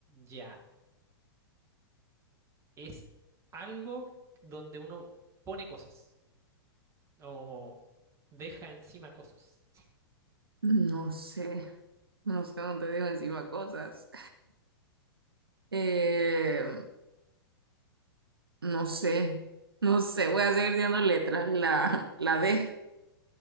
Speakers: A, on the right; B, on the right.
A: Ya, es algo donde uno pone cosas o deja encima cosas.
B: No sé, no sé dónde dejo encima cosas. Eh, no sé, no sé, voy a seguir dando letras. La, la D.